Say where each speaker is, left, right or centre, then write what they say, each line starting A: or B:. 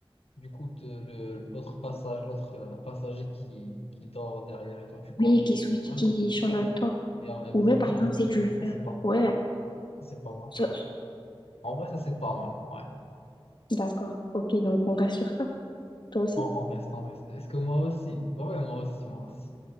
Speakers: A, on the left; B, on the left.
A: du coup, te- le, l'autre passage, l'autre euh, passager qui, qui dort derrière et toi, tu conduis.
B: oui, qui switch,
A: Ouais.
B: qui change avec toi.
A: Et, en- et
B: Ou
A: vous
B: même,
A: alternez.
B: par exemple, si tu veux
A: Ça,
B: faire.
A: c'est pas,
B: Ouais.
A: ça, c'est pas mal.
B: ça- ça-
A: En vrai, ça, c'est pas mal. Ouais.
B: D'accord. Ok, donc on reste sur ça. Toi aussi?
A: On, on reste, on reste. Est-ce que moi aussi? Bah ouais, moi aussi, moi aussi.